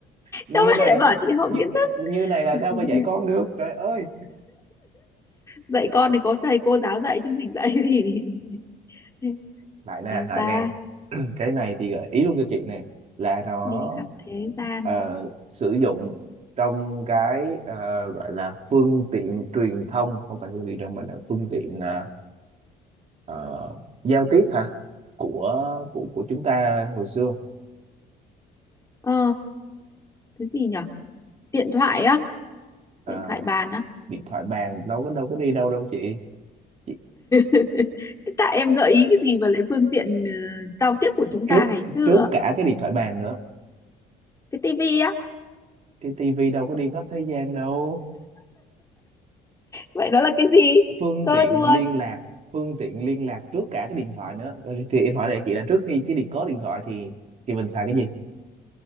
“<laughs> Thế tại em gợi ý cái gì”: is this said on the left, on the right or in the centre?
Left